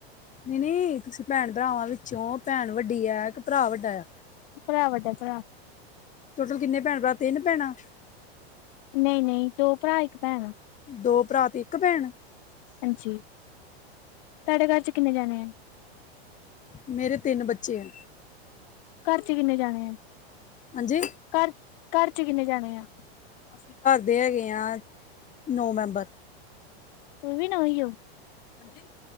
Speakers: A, on the left; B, on the left.
A: ਨਹੀਂ-ਨਹੀਂ ਤੁਸੀਂ ਭੈਣ ਭਰਾਵਾਂ ਵਿੱਚੋਂ, ਭੈਣ ਵੱਡੀ ਆ ਕੇ ਭਰਾ ਵੱਡਾ ਐ।
B: ਭਰਾ ਵੱਡਾ, ਭਰਾ।
A: ਟੋਟਲ ਕਿੰਨੇ ਭੈਣ ਭਰਾ, ਤਿੰਨ ਭੈਣਾਂ।
B: ਨਈ-ਨਈ ਦੋ ਭਰਾ ਇੱਕ ਭੈਣ ਐ।
A: ਦੋ ਭਰਾ ਤੇ ਇੱਕ ਭੈਣ।
B: ਹਾਂਜੀ ਤੁਹਾਡੇ ਘਰ ਚ, ਕਿੰਨੇ ਜਾਣੇ ਆ।
A: ਮੇਰੇ ਤਿੰਨ ਬੱਚੇ ਆ।
B: ਘਰ ਚ ਕਿੰਨੇ ਜਾਣੇ ਆ?
A: ਹਾਂਜੀ
B: ਘਰ-ਘਰ ਚ ਕਿੰਨੇ ਜਾਣੇ ਆ, ਅਸੀਂ ਘਰ
A: ਦੇਖ ਯਾਰ ਨੋ ਮੈਂਬਰ।
B: ਤੁਸੀ ਵੀ ਨੌ ਹੀ ਹੋ? ਹਾਂਜੀ,